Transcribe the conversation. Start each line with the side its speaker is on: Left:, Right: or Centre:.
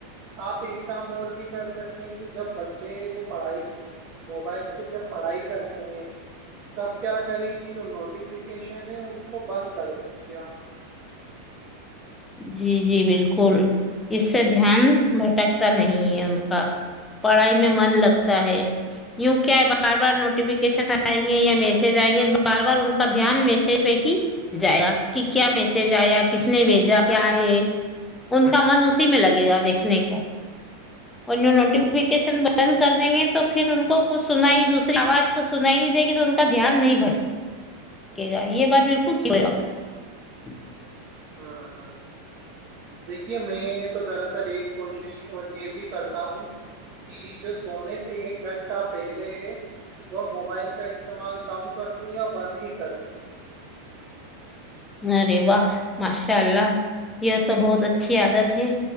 Right: آپ ایک کام اور بھی کر سکتے ہیں کہ جب بچے جو پڑھائی موبائل سے جب پڑھائی کرتے ہیں تب کیا کریں کہ جو نوٹیفکیشن ہے اس کو بند کر دیجیے آپ
Left: جی جی بالکل اس سے دھیان بھٹکتا نہیں ہے ان کا پڑھائی میں من لگتا ہے یوں کیا بار بار نوٹیفکیشن آئیں گے یا میسج آئیں گے بار بار ان کا دھیان میسج پہ ہی جائے گا کہ کیا میسج آیا کس نے
Right: ہاں
Left: وجا کیا ہے ان کا من اسی میں لگے گا دیکھنے کو اور جو نوٹیفکیشن ن کر دیں گے تو پھر ان کو کچھ سنائی دوسری آواز کو سنائی نہیں دے گی تو ان کا دھیان نہیں بڑے گا یہ بات بالکل س
Right: ہاں ہاں دیکھیے میں تو دراصل ایک کوشش اور یہ بھی کرتا ہوں کہ جو سونے سے ایک گھنٹہ پہلے وہ موبائل کا استعمال کم کر دوں یا بند ہی کر دوں
Left: ارے واہ ماشاء اللہ یہ تو بہت اچھی عادت ہے